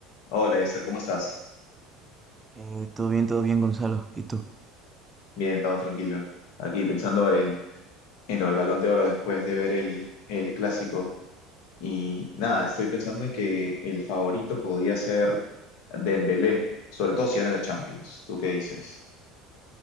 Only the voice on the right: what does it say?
Eh, todo bien, todo bien, Gonzalo. ¿Y tú?